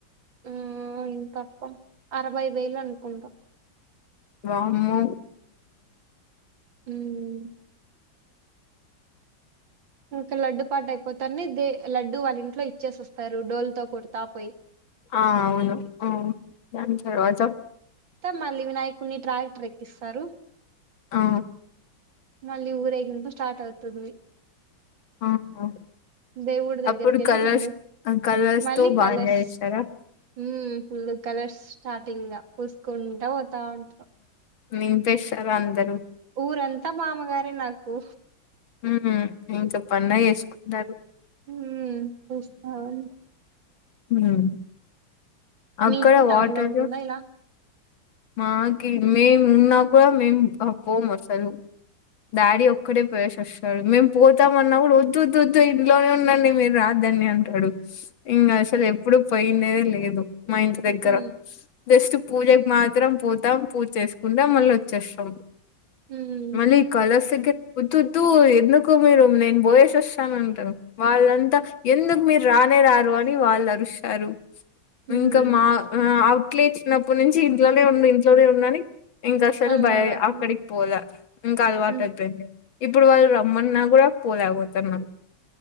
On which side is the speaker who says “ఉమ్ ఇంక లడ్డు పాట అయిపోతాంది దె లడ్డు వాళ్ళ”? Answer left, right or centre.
Right